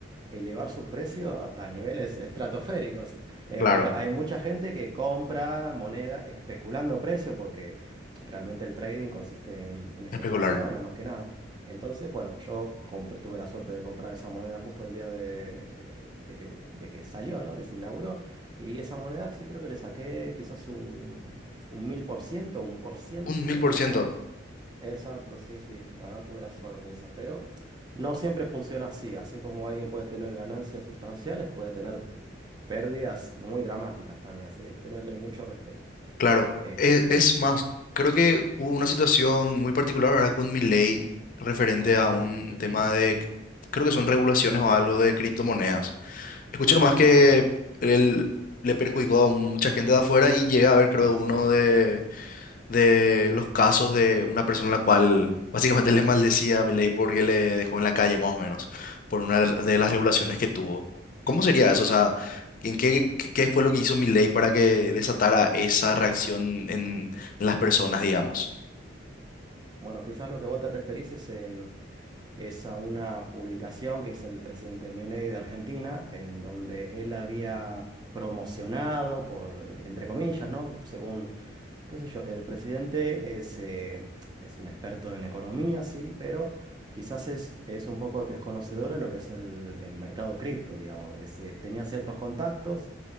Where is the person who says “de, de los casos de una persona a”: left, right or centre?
Left